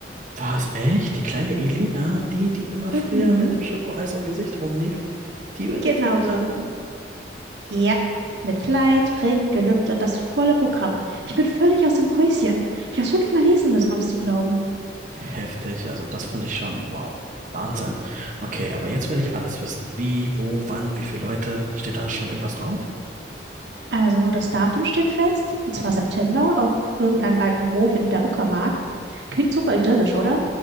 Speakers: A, on the right (about 45°); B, on the right (about 80°).
A: War es echt? Die kleine Elina, die, die immer
B: Mhm,
A: früher mit dem Schokoeis im Gesicht rumlief, die wird
B: genau
A: jetzt heiraten?
B: die. Ja, mit Kleid, Ring, Gelübde, das volle Programm. Ich bin völlig aus dem Häuschen. Ich habe es fünfmal lesen müssen, um es zu glauben.
A: Heftig, also das finde ich schon, wow. Wahnsinn. Okay, aber jetzt will ich alles wissen. Wie, wo, wann, wie viele Leute? Steht da schon irgendwas drauf?
B: Also nur das Datum steht fest, und
A: Hm,
B: zwar September auf irgendeinem alten Hof in der Uckermark. Klingt super idyllisch, oder?